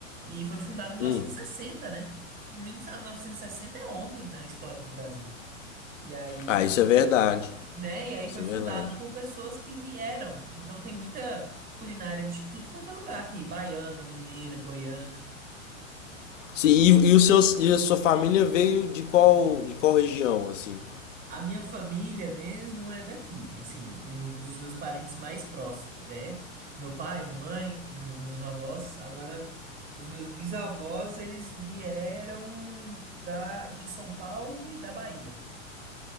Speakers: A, on the right; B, on the left.
A: e foi fundado em 1960,
B: Hum.
A: né? 1960 é ontem na história do Brasil. E aí
B: Ah,
A: foi,
B: isso
A: fu-
B: é verdade.
A: né? E aí
B: Isso
A: foi
B: é
A: fundado
B: verdade.
A: por pessoas que vieram. Então tem muita culinária de tudo quanto é lugar aqui, baiana, mineira, goiana.
B: Sim, e, e o seu, e a sua família veio de qual, de qual região, assim?
A: A minha família mesmo é daqui, assim, no- dos meus parentes mais próximos, né? Meu pai, minha mãe, meu- meus avós. Agora, os meus bisavós, eles vieram da, de São Paulo e da Bahia.